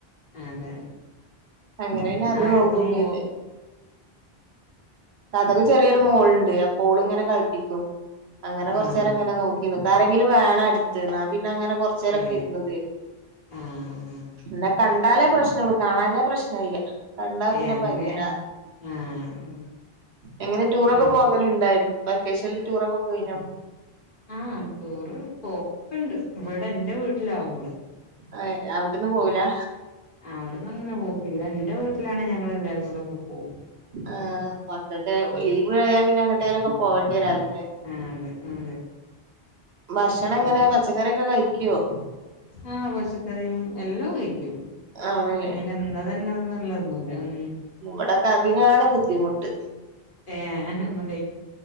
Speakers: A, on the left; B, on the right.
A: അതെ.
B: അങ്ങനെന്നെ അത്
A: ആഴത്തും
B: നോക്കും
A: പോ
B: പിന്ന. താത്താക്ക് ചെറിയൊരു മോൾണ്ട്, അപ്പോളിങ്ങനെ കളിപ്പിക്കും. അങ്ങനെ കൊറച്ച
A: ആഹ്
B: നേരങ്ങനെ- നോക്കി നിക്ക ആരെങ്കിലും വേണം എടുത്ത്, ന്നാ പിന്നെ അങ്ങനെ. കൊറ- ചേരൊക്കെ
A: ഏഹ്
B: ഇരുന്ന് തീരും.
A: ആഹ് ആഹ്
B: ന്ന കണ്ടാലേ പ്രശ്നോള്ളു- കാണാഞ്ഞാ പ്രശ്ന ഇല്ല കണ്ടാ- പിന്നെ
A: ഏഹ് അങ്ങനെ
B: ഭയങ്കര-
A: ആഹ്
B: എങ്ങനെ ടൂറൊക്കെ
A: ആഹ്
B: പോകല ഉണ്ടായിരുന്നോ? വെക്കേഷനിൽ ടൂറൊക്കെ പോയിനോ?
A: ആഹ് റ്റുറ് പോക്കൊക്കണ്ട് ഇവിടെ എന്റെ വീട്ടിലാവുമ്പള്.
B: ഏഹ് അവിടന്ന് പോവുല?
A: അവിടന്നങ്ങനെ പോക്കില്ല ഇന്റെ വീട്ടിലാണേ ഞങ്ങളെല്ലാരും കൂടൊക്കെ പോവും.
B: ആഹ് മക്കൾക്കെ
A: ഉം
B: ലീവ് ആയ പിന്നെ എങ്ങട്ടേലൊക്കെ പോകണ്ടി വരാറില്ലേ?
A: ആതെ അതെ.
B: ഭഷണങ്ങനെ
A: ഇവിടെ
B: പച്ചക്കറിക്കെ കഴിക്കോ?
A: ആഹ് പച്ചക്കറിയും എല്ലോം കഴിക്കും.
B: ആണല്ലേ
A: ഇങ്ങനെ ഇന്നതെന്നൊന്നുല്ല ന്നുല്ല ഉം
B: ഇവടക്ക അതിനാണ് ബുദ്ധിമുട്ട്.
A: ഏഹ് അങ്ങനെ ഒന്നും കഴി